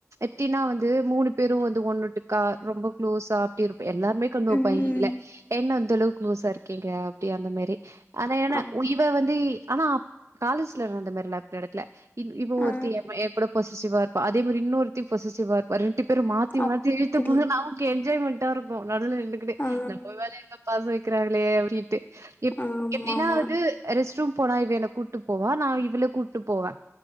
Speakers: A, on the right; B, on the left.
A: எப்டின்னா வந்து மூணு பேரும் வந்து ஒண்ணுட்டுக்கா ரொம்ப குளோஸா டிருப்ப எல்லாருமே கண்ணு வெப்பாங்கல
B: ம்
A: என்ன இந்த அளவுக்கு குளோஸ்ஸா இருக்கீங்க அப்டி அந்த மேரி ஆனா ஏன்னா
B: அப்
A: உய் இவ வந்து ஆனா காலேஜ்ல இரு அந்த மாரி எல்லாம் அப்டி நடக்கல இப் இவ
B: ஆ
A: ஒருத்தி ஏங்கூட பொசசிவா இருப்பா அதேமேரி இன்னொருத்தி பொசசிவா இருப் அ ரெண்டு பேரும் மாத்தி
B: அப்டி
A: மாத்தி இழுத்துபாங்க நமக்கு என்ஜாய்மண் ட்டாருக்கு நடுவுல நிண்டுகிட்டு
B: ஆ
A: நம்பமேல இவ்ளோ பாசோ வெக்கிறாங்களே அப்டின் எம்
B: ஆமாமா
A: எப்டினா அது ரெஸ்ட் ரூம் போனா இவ என்ன கூட்டுப்போவா நா இவள கூ ட்டுப்போவ